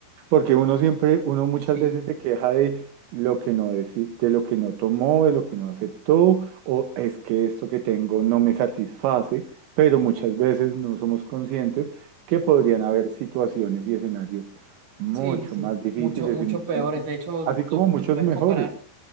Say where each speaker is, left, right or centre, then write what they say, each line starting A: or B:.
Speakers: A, on the right (about 75°); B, on the right (about 50°).
A: porque uno siempre, uno muchas
B: Sí,
A: veces se queja de lo que no deci- de lo que no tomó, de lo que no aceptó, o es que esto que tengo no me satisface, pero muchas veces no somos conscientes que podrían haber situaciones y escenarios mucho
B: sí, sí.
A: más difíciles
B: Mucho, mucho
A: y mucho
B: peores.
A: más complejos,
B: De hecho,
A: así como
B: lo,
A: muchos
B: lo puedes
A: mejores,
B: comparar